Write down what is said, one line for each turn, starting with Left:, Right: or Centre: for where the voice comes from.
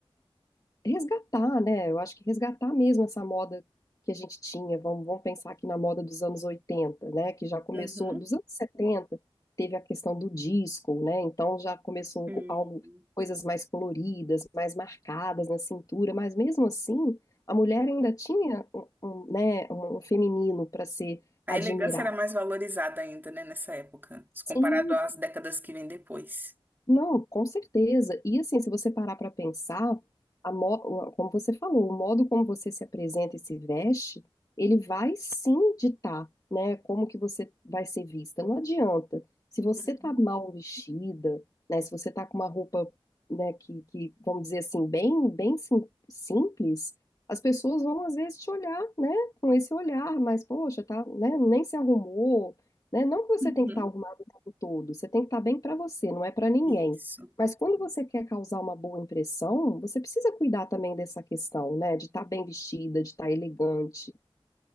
Left: resgatar, né? Eu acho que resgatar mesmo essa moda que a gente tinha. Vamos, vamos pensar aqui na moda dos anos 80, né? Que já começou,
Right: uhum.
Left: dos anos 70 teve a questão do disco, né? Então já começou
Right: Sim.
Left: co- algo, coisas mais coloridas, mais marcadas na cintura, mas mesmo assim, a mulher ainda tinha um, um, né, um um feminino para ser
Right: A
Left: admirada.
Right: elegância era mais valorizada ainda, né, nessa época, se comparado
Left: Sim,
Right: às décadas que vêm depois.
Left: Não, com certeza. E assim, se você parar para pensar, a mo- como você falou, o modo como você se apresenta e se veste, ele vai sim ditar, né, como que você vai ser vista. Não adianta. Se você
Right: Uhum.
Left: tá mal vestida, né, se você tá com uma roupa, né, que, que vamos dizer assim, bem, bem sim- simples, as pessoas vão às vezes te olhar, né, com esse olhar, mas poxa, tá, né, nem se arrumou né? Não que você
Right: Uhum.
Left: tem que estar arrumado o tempo todo, você tem que estar bem para você, não é para ninguém.
Right: Isso.
Left: Mas quando você quer causar uma boa impressão, você precisa cuidar também dessa questão, né? De estar bem vestida, de estar elegante.